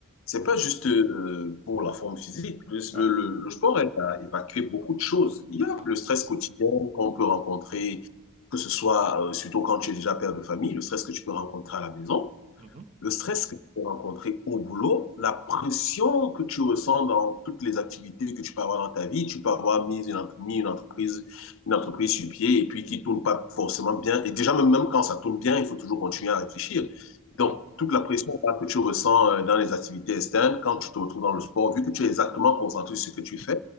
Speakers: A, on the left; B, on the right.
A: c'est pas juste euh, pour la forme physique. Le,
B: ouais.
A: le- le sport aide à évacuer beaucoup de choses. Il y a
B: Ah.
A: le stress quotidien qu'on peut
B: Ah.
A: rencontrer, que ce soit euh, surtout quand tu es déjà père de famille, le stress que tu peux rencontrer à la maison.
B: Mhm.
A: Le stress que tu peux rencontrer au boulot, la pression que tu ressens dans toutes les activités que tu peux avoir dans ta vie, tu peux avoir mis une, mis une entreprise, une entreprise sur pied et puis qui tourne pas forcément bien. Et déjà, même, même quand ça tourne bien, il faut toujours continuer à réfléchir. Donc,
B: Ouais.
A: toute la pression que tu ressens euh, dans les activités externes, quand tu te retrouves dans le sport, vu que tu es exactement concentré sur ce que tu fais,